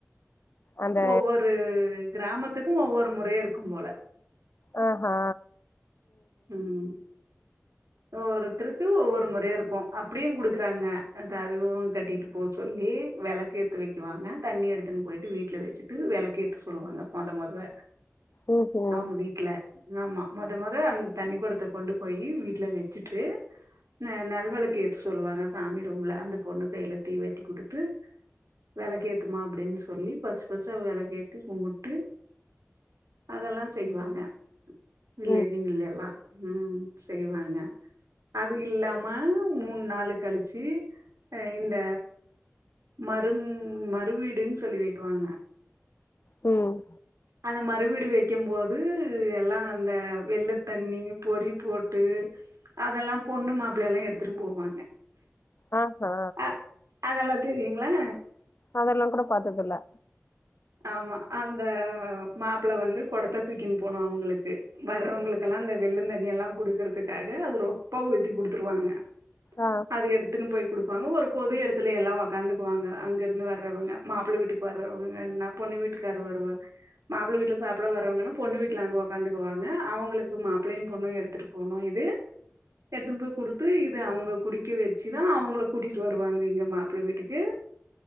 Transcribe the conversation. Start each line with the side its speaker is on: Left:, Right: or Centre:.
Left: அந்த
Right: ஒவ்வொரு கிராமத்துக்கு ஒவ்வொரு முற இருக்கு போல
Left: ஆ ஆ
Right: ம் ஒவ்வொருத்தருக்கு ஒவ்வொரு முறையா இருக்கு அப்படியு குடுக்குறாங்க அ அதுவு கட்டிட்டு போ சொல்லி விளக்கு ஏத்து வைக்குவாங்க தண்ணி எடுத்துன்னு போயிட்டு வீட்டுல வச்சுட்டு விளக்கு ஏத்து சொல்லுவாங்க முத முத
Left: ம் ம்
Right: அவங்க வீட்ல ஆமா மொத மொத அந்த தண்ணிகுடத்த கொண்டு போய் வி வீட்டுல வச்சுட்டு ஆ நல்வளக்கு ஏத்து சொல்லுவாங்க சாமி ரூம்ல அந்த பொண்ணு கையில தீ வெட்டி குடுத்து விளக்கு ஏத்துமா அப்படின்னு சொல்லி ஃபர்ஸ்ட் ஃபர்ஸ்டு விளக்க ஏத்தி கும்பிட்டு அதெல்லா செய்வாங்க வில்லேஜ்குல்
Left: ம்
Right: எல்லா ம் செய்ய வாங்க அதுக்கு இல்லாம மூணு நாள் கழிச்சு அ இந்த மறு மறுவீடுன்னு சொல்லி வைக்குவாங்க
Left: ம்
Right: அந்த மறுவீடு வைக்கும்போது எல்லா அந்த வெள்ளை தண்ணி பொறி போட்டு அதெல்லா பொண்ணு மாப்பிளை எல்லா எடுத்துட்டு போவாங்க
Left: ஆ ஆ
Right: அ அதெல்லா தெரியுங்களா
Left: அதெல்லா கூட பாத்ததுல்ல
Right: ஆமா அந்த மாப்பிள வந்து குடத்த தூக்கின் போனு அவங்களுக்கு வர்றவங்களுக்கெல்லா இந்தந்த வெள்ளு தண்ணி எல்லா குடுக்குறதுக்காக அது ரொப்பா ஊத்தி குடுத்துருவாங்க
Left: ஆ
Right: அது எடுத்துன் போய் கொடு வாங்க ஒரு பொது இடத்துல எல்லா உக்காந்துக்குவாங்க அங்க இருந்து வர்றவங்க மாப்பிள வீட்டுக்கு வர்றவங்கனா பொண்ணு வீட்டுக்கார வருவா மாப்பிளை வீட்டுல சாப்பிட வரறவங்கன்னா பொண்ணு வீட்டுல அங்க உக்காந்துக்குவாங்க அவங்களுக்கு மாப்பிள்ளையு பொண்ணும் எடுத்துட்டு போனணு இது எத்தன்ன போய் குடுத்து இது அவங்க குடிக்க வச்சுதான் அவங்கள கூட்டிட்டு வருவாங்க இங்க மாப்பிள வீட்டுக்கு